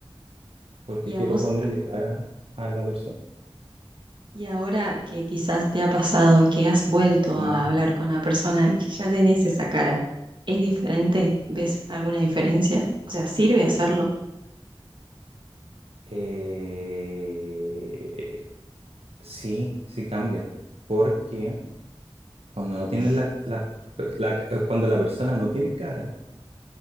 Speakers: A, on the right (about 85°); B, on the right (about 55°).
A: porque
B: Y
A: quiero
B: a vos,
A: ponerle cara a la persona.
B: y ahora que quizás te ha pasado, que has vuelto
A: Ah,
B: a hablar con la persona y que ya tenés esa cara, ¿es diferente? ¿Ves alguna diferencia? O sea, ¿sirve hacerlo?
A: eh, sí, sí cambia, porque cuando no tienes
B: <laughs>
A: la, la- la- cuando la persona no tiene cara,